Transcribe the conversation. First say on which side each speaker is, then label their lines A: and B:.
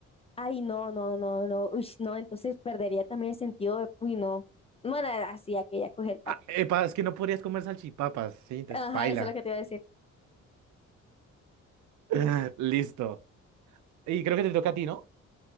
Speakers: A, on the left; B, on the right.
A: Ay, no, no, no, no. Uy, no, entonces perdería también el sentido de, uy, no. Bueno, así, aquí ya coge el tacto.
B: Ah, epa, es que no podrías comer salchipapas, sí, te
A: Ajá,
B: espaila.
A: eso es lo que te iba a decir.
B: <laughs> Listo. Y creo que te toca a ti, ¿no?